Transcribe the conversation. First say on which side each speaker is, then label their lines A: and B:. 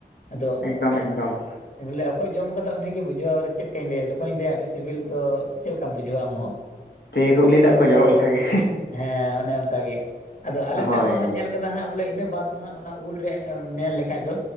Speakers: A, on the left; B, on the left.
A: ᱟᱫᱚ
B: ᱮᱠᱫᱚᱢ ᱮᱠᱫᱚᱢ,
A: ᱵᱚᱞᱮ ᱚᱠᱚᱭ ᱡᱚᱢ ᱠᱟᱫᱟ ᱩᱱᱤᱜᱮ ᱵᱩᱡᱷᱟᱹᱣᱟ ᱵᱚᱞᱮ ᱪᱮᱫ ᱞᱮᱠᱟᱧ ᱞᱟᱹᱭᱟ ᱡᱚᱠᱷᱚᱱᱤᱧ ᱞᱟᱹᱭᱟ ᱟᱹᱰᱤ ᱥᱤᱵᱤᱞ ᱛᱚ᱾ ᱪᱮᱫ ᱞᱮᱠᱟᱢ ᱵᱩᱡᱷᱟᱹᱣᱟ ᱟᱢ ᱦᱚᱸ?
B: ᱛᱤ ᱠᱚ ᱩᱞᱤ ᱫᱟᱜ ᱠᱚ ᱡᱚᱨᱚᱜ ᱞᱮᱠᱟ ᱜᱮ
A: ᱦᱮᱸ ᱚᱱᱮ ᱚᱱᱠᱟ ᱜᱮ᱾ ᱟᱫᱚ ᱟᱞᱮᱥᱮᱫ
B: ᱦᱳᱭ
A: ᱱᱚᱣᱟ ᱦᱚᱧ ᱧᱮᱞ ᱠᱟᱫᱟ ᱦᱟᱸᱜ ᱵᱚᱞᱮ ᱤᱱᱟᱹ ᱵᱟᱫ ᱫᱚ ᱦᱟᱸᱜ ᱚᱱᱟ ᱩᱞᱨᱮ ᱢᱮᱱ ᱞᱮᱠᱷᱟᱭ ᱫᱚ